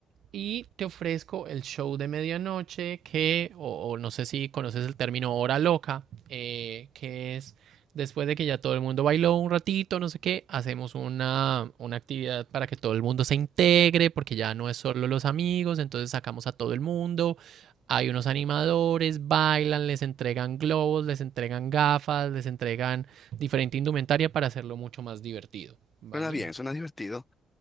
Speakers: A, on the right; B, on the left.
A: y te ofrezco el show de medianoche que, o, o no sé si conoces el término hora loca, eh, que es después de que ya todo el mundo bailó un ratito, no sé qué, hacemos una, una actividad para que todo el mundo se integre, porque ya no es solo los amigos, entonces sacamos a todo el mundo. Hay unos animadores, bailan, les entregan globos, les entregan gafas, les entregan diferente indumentaria para hacerlo mucho más divertido, ¿vale?
B: Suena bien, suena divertido.